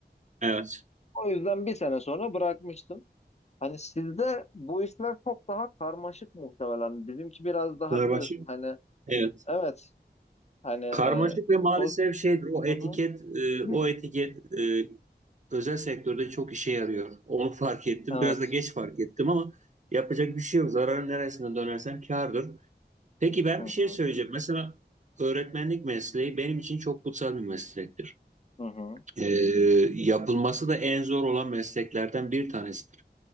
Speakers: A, on the right; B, on the left.
A: Evet.
B: O yüzden bir sene sonra bırakmıştım. Hani sizde bu işler çok daha karmaşık muhtemelen. Bizimki biraz daha
A: Pınarbaşı.
B: biliyorsun hani
A: Evet.
B: Evet, Hani e,
A: Karmaşık ve maalesef
B: sol...
A: şeydir o etiket
B: Hı hı.
A: e, o
B: Hı.
A: etiket e, özel sektörde çok işe yarıyor. Onu fark ettim.
B: Evet.
A: Biraz da geç fark ettim ama yapacak bir şey yok. Zararın neresinden dönersem kârdır. Peki ben
B: Hı
A: bir
B: hı.
A: şey söyleyeceğim. Mesela öğretmenlik mesleği benim için çok kutsal bir meslektir.
B: Hı hı.
A: E, yapılması da en zor olan mesleklerden bir tanesidir.